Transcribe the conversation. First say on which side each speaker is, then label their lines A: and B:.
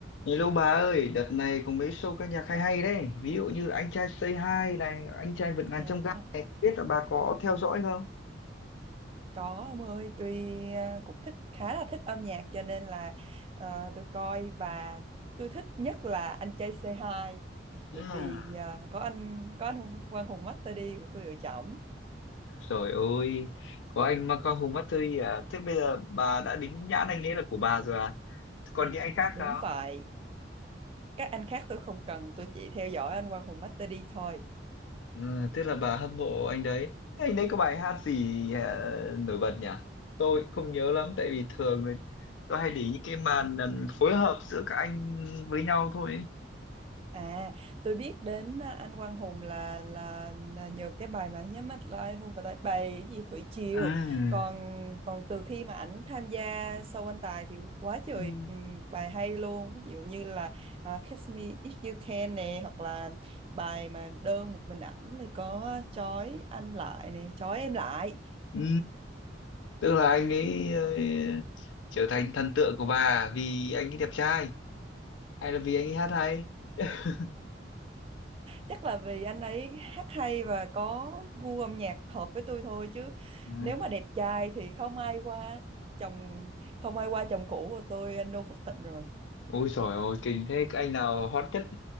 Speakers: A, on the left; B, on the right.
A: Hello bà ơi, đợt này có mấy show ca nhạc hay hay đấy. Ví dụ như là Anh trai Say Hi này, Anh trai vượt ngàn
B: À,
A: chông gai này, không biết là bà có theo dõi không?
B: có ông ơi tôi à, cũng thích khá là thích âm nhạc cho nên là à, tôi coi và tôi thích nhất là anh trai c hai bởi
A: À,
B: vì à, có anh có anh Quang Hùng Master D của tôi ở trỏng
A: trời ơi, có anh Michael Hùng mắt thôi à. Thế bây giờ bà đã đính nhãn anh ấy là của bà rồi à? Thế Còn những anh khác
B: đúng
A: sao?
B: vậy các anh khác tôi không cần tôi chỉ theo dõi anh Quang Hùng Master D thôi
A: Ừ, tức là bà hâm mộ anh đấy. Thế anh đấy có bài hát gì à, nổi bật nhỉ? Tôi cũng không nhớ lắm, tại vì thường là tôi hay để ý những cái màn ừm, phối hợp giữa các anh với nhau thôi.
B: À, tôi biết đến à, anh Quang Hùng là là, là nhờ cái bài mà nhắm mắt lại hôn vào tay bài cái gì Thủy Triều.
A: À.
B: Còn còn từ khi mà ảnh tham gia show anh Tài thì quá trời
A: Ừ.
B: ừm, bài hay luôn. Ví dụ như là à, Catch Me If You Can nè hoặc là bài mà đơn một mình ảnh thì có trói anh lại nè, trói em lại.
A: Ừ. tức là anh ấy ờ, trở thành thần tượng của bà vì anh ấy đẹp trai hay là vì anh ấy hát hay <laughs>
B: chắc là vì anh ấy hát hay và có gu âm nhạc hợp với tôi thôi chứ
A: Ừ.
B: nếu mà đẹp trai thì không ai qua chồng không ai qua chồng cũ của tôi anh no Phước Thịnh rồi
A: Ôi trời ơi kinh thế Cái anh nào hot nhất